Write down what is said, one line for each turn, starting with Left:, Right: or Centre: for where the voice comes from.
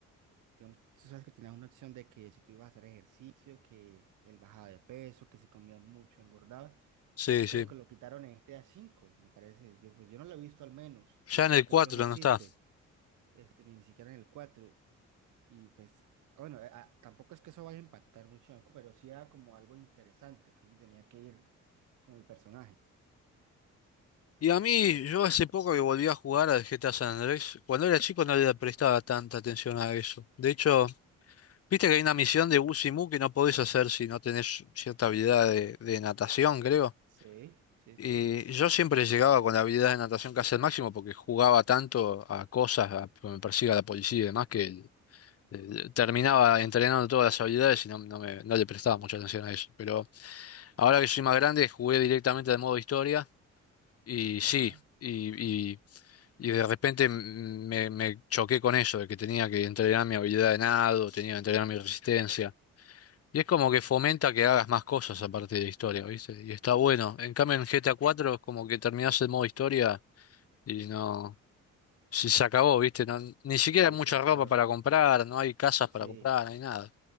Right: digamos, tú sabes que tenías una opción de que si tú ibas a hacer ejercicio, que él bajaba de peso, que si comías mucho, engordaba,
Left: sí,
Right: y eso creo
Left: sí.
Right: que lo quitaron en GTA cinco, me parece. Yo, pues, yo no lo he visto al menos,
Left: Ya en
Right: creo
Left: el
Right: que
Left: 4
Right: eso ya no existe.
Left: no está.
Right: este, ni siquiera en el cuatro Y, pues, bueno, eh, ah, tampoco es que eso vaya a impactar mucho, ¿no? pero sí era como algo interesante que uno tenía que ir con el personaje.
Left: Y a mí, yo hace poco que volví a jugar al GTA San Andrés, cuando era chico no le prestaba tanta atención a eso. De hecho, viste que hay una misión de Bus y Busimu que no podés hacer si no tenés cierta habilidad de, de natación, creo.
Right: Sí, sí,
Left: Y
Right: sí.
Left: yo siempre llegaba con la habilidad de natación casi al máximo porque jugaba tanto a cosas, a que me persiga la policía y demás, que eh, eh, terminaba entrenando todas las habilidades y no, no me, no le prestaba mucha atención a eso. Pero ahora que soy más grande, jugué directamente al modo historia y
Right: Ajá.
Left: sí. Y, y Y de repente mm, me, me choqué con eso, de que tenía que entrenar mi habilidad de nado, tenía que entrenar mi resistencia. Y es como que fomenta que hagas más cosas aparte de la historia, ¿viste? Y está bueno. En cambio, en GTA cuatro es como que terminás el modo historia y no... Se, se acabó, ¿viste? No- ni siquiera
Right: Sí,
Left: hay mucha
Right: se acabó.
Left: ropa para comprar, no hay casas
Right: Sí,
Left: para comprar, no hay nada.